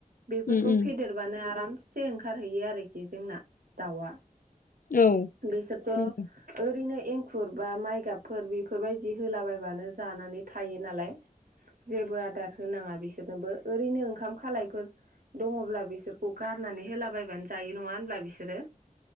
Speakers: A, on the right; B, on the left.
A: बेफोरखौ
B: उम उम
A: फेदेरबानो आरामसे ओंखारहैयो आरोखि जोंना दाउआ
B: औ
A: बेसोरखौ
B: उम
A: ओरैनो एंखुर बा माइ गाबफोर बेफोरबायदि होलाबायबानो जानानै थायो नालाय जेबो आदार होनाङा बिसोरनोबो ओरैनो ओंखाम खालायफोर दङब्ला बिसोरखौ गारनानै होलाबायायबानो जायो नङा होनब्ला बिसोरो